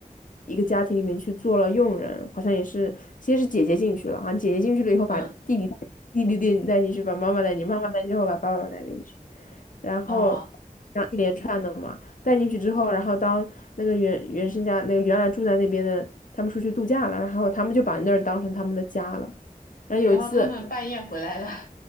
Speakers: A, on the left; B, on the left.
A: 一个家庭里面去做了佣人，好像也是先是姐姐进去了，好像姐姐进去了以后把弟弟弟弟弟弟带进去，
B: 嗯
A: 把妈妈带进去，妈妈带进去后把爸爸带进去，然后
B: 啊，
A: 这样一连串的嘛。带进去之后，然后当那个原原生家那个原来住在那边的他们出去度假了，然后他们就把那儿当成他们的家了。然后有一次，
B: 然后他们半夜回来了，